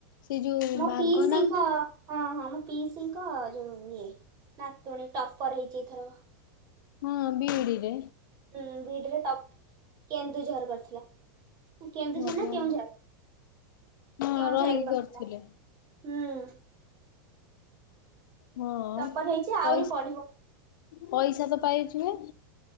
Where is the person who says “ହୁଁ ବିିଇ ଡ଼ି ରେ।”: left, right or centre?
Left